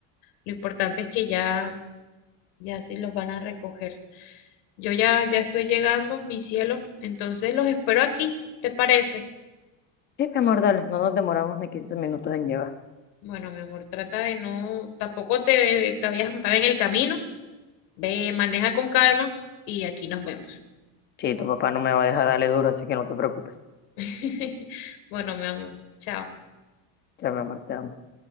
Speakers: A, on the left; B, on the left.
A: Lo importante es que ya, ya sí los van a recoger. Yo ya, ya estoy llegando, mi cielo. Entonces los espero aquí, ¿te parece?
B: Sí, mi amor, dale, no nos demoramos ni quince minutos en llegar.
A: Bueno, mi amor, trata de no, tampoco te, te vayas a matar en el camino. Ve, maneja con calma y aquí nos vemos.
B: Sí, tu papá no me va a dejar darle duro, así que no te preocupes.
A: <laughs> Bueno, mi amor, chao.
B: Ya, mi amor, te amo.